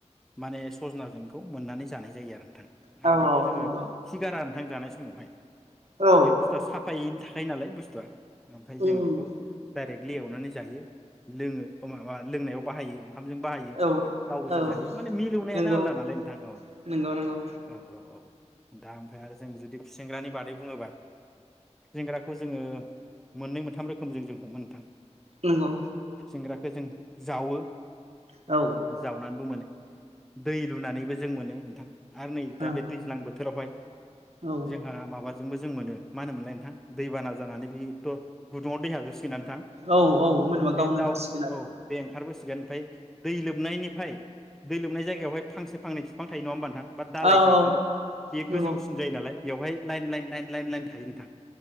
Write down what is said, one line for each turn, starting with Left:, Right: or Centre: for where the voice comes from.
Centre: माने सजनाजोंखौ मोननानै जानाय जायो आरो नोंथां
Right: औ
Centre: आरो बेखौ
Right: औ
Centre: जोङो
Right: नंगौ
Centre: खिगारा गोथां जानाय समावहाय
Right: औ
Centre: बे बुस्थवा सा फायै था यो नालाय बुस्थुआ ओमफाय
Right: उम
Centre: जों बेखौ डाइरेक्टलि एवनानै जायो लोङो ओ माबा लोंनायाव बाहायो ओंखामजों बाहायो
Right: उम औ
Centre: गाव गोजा
Right: औ
Centre: जायो माने मिलौनायानो
Right: नंगौ
Centre: आलदा नालाय नोंथां औ
Right: नंगौ नंगौ
Centre: औ औ औ दा ओमफ्राय आरो जों जुदि खुसेंग्रानि बादै बुङोबा जेंग्राखौ जोङो मोननै मोनथाम रोखोमजों जों हमो नोंथां।
Right: नंगौ।
Centre: सिंग्राखौ जों जावो।
Right: औ
Centre: जावनानैबो मोनो। दै लुनानैबो जों मोनो नोंथां। आरो नै
Right: औ
Centre: दा बे दैज्लां बोथोरावहाय।
Right: औ
Centre: जोंहा माबाजोंबो जों मोनो मा होनो मोनलाय नोंथां। दैबाना जानानै बेथ' गुदुङाव दै हाबजोबसि गोनना नोंथां
Right: औ औ मोनबा
Centre: बे
Right: गावनो ओंखारसिगोन
Centre: दाउ औ बे ओंखारबोसिगोन ओमफ्राय दै लोबनायनिफ्राय दै लोबनाय जायगायावहाय फांसे फांनै बिफां थायो नङा होमबा नोंथां। बा दालायसा
Right: आरो औ
Centre: माने बे
Right: नंगौ
Centre: गोजौसिन जायो नालाय। बेवहाय line line line line line थायो नोंथां।